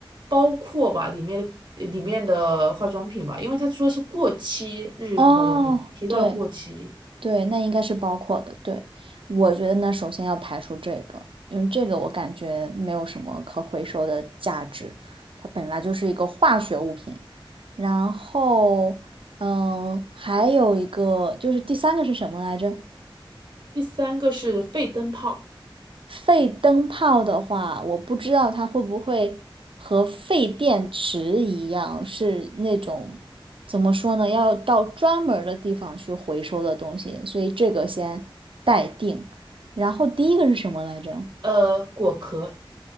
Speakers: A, on the right; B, on the right.
A: 包括吧，里面的里面的化妆品吧，因为他说是过期日用化妆品，
B: 哦，
A: 提到了过期。
B: 对。对，那应该是包括的。对，我觉得呢，首先要排除这个，因为这个我感觉没有什么可回收的价值，它本来就是一个化学物品。然后，嗯，还有一个就是第三个是什么来着？
A: 第三个是废灯泡，
B: 废灯泡的话，我不知道它会不会和废电池一样，是那种怎么说呢，要到专门儿的地方去回收的东西，所以这个先待定。然后第一个是什么来着？
A: 呃，果壳，